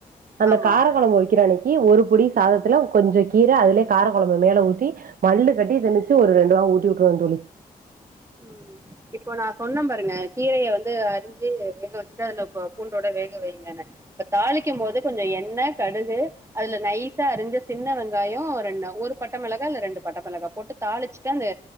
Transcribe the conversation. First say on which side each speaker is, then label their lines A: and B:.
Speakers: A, on the right (about 65°); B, on the right (about 20°).
A: அந்த
B: ஆமா
A: காரைக்கழம்பு வைக்கிற அன்னைக்கு ஒரு புடி சாதத்துல கொஞ்சம் கீரை அதுலயே கார குழம்பு மேல ஊத்தி மல்லு கட்டி திணிச்சு ஒரு ரெண்டு வா ஊட்டி விட்டுருவேன் தோழி
B: ம் இப்போ நான் சொன்னேன் பாருங்க கீரைய வந்து அரிஞ்சு வேக வச்சுட்டு அதுல பூண்டோட வேக வைங்கன்னு இப்ப தாளிக்கும் போது கொஞ்சம் எண்ணெய் கடுகு அதுல நைசா அரிஞ்ச சின்ன வெங்காயம் ரெண் ஒரு பட்டை மிளகா இல்ல ரெண்டு பட்டை மிளகா போட்டு தாளிச்சுட்டு அந்த